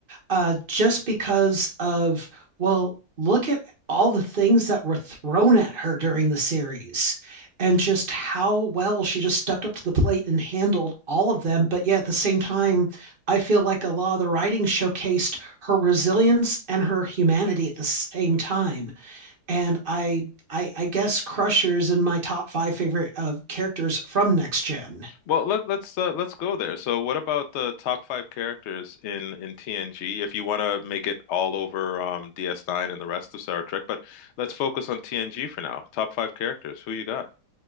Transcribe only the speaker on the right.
uh, just because of, well, look at all the things that were thrown at her during the series and just how well she just stepped up to the plate and handled all of them. But yet at the same time, I feel like a lot of the writing showcased her resilience and her humanity at the same time. And I, I, I guess Crusher is in my top five favorite uh, characters from Next Gen.